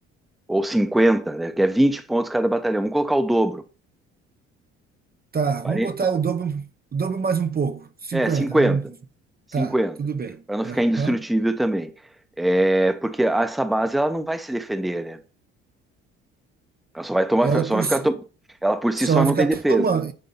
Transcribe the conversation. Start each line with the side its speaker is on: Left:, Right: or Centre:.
Centre: Ou 50 né? Que é 20 pontos cada batalhão. Vamos colocar o dobro.
Right: Tá,
Centre: 40,
Right: vamos botar o dobro, o dobro mais um pouco, 50
Centre: é, 50
Right: vamos,
Centre: cinquenta
Right: tá, tudo bem.
Centre: para não ficar indestrutível
Right: Aham.
Centre: também. É, porque essa base ela não vai se defender, né? Ela só vai tomar,
Right: Ela
Centre: só
Right: por
Centre: vai
Right: si
Centre: ficar. to- Ela por si
Right: só
Centre: só
Right: vai
Centre: não
Right: ficar
Centre: tem defesa.
Right: tomando.